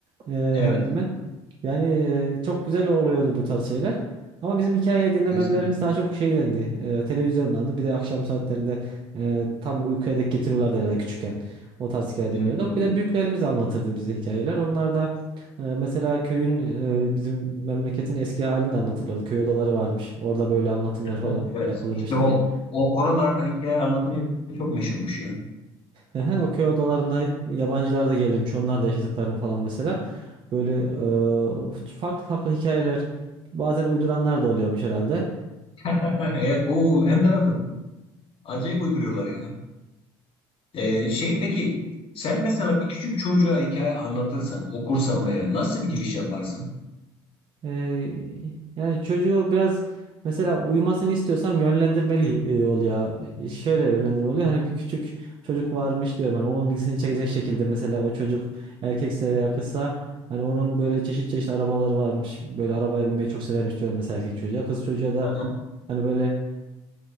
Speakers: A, on the right (about 45°); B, on the left (about 50°).
A: Ee,
B: Evet.
A: hemen hemen. Yani e, çok güzel oluyordu bu tarz şeyler. Ama bizim hikaye dinlemelerimiz
B: Kesinlikle.
A: daha çok şeydendi. E, televizyondandı. Bir de akşam saatlerinde e, tam uykuya dek getiriyorlardı herhalde küçükken. O tarz hikaye
B: Evet
A: dinliyorduk.
B: doğrudur.
A: Bir de büyüklerimiz anlatırdı bize hikayeler. Onlar da e, mesela köyün e, bizim memleketin eski halini de anlatırlardı. Köy odaları varmış. Orada böyle anlatımlar
B: Evet.
A: falan
B: Evet.
A: yapılırmış
B: İşte o,
A: diye.
B: o oralarda hikaye anlatımı çok meşhurmuş ya.
A: Ehe, O köy odalarında yabancılar da gelirmiş. Onlar da yaşadıklarını falan mesela. Böyle e, farklı farklı hikayeler bazen uyduranlar da oluyormuş herhalde.
B: <laughs> Evet, o hem de nasıl? Acayip uyduruyorlar ya. Ee, şey peki, sen mesela bir küçük çocuğa hikaye anlatırsan, okursan veya nasıl bir giriş yaparsın?
A: Ee, yani çocuğu biraz mesela uyumasını istiyorsam yönlendirmeli e, oluyor. E, Şöyle yönlendirme oluyor. Hani bir küçük çocuk varmış diyorum. Hani onun ilgisini çekecek şekilde mesela o çocuk erkekse veya kızsa hani onun böyle çeşit çeşit arabaları varmış. Böyle arabaya binmeyi çok severmiş diyorum mesela erkek çocuğa. Kız çocuğa da
B: <laughs>
A: hani böyle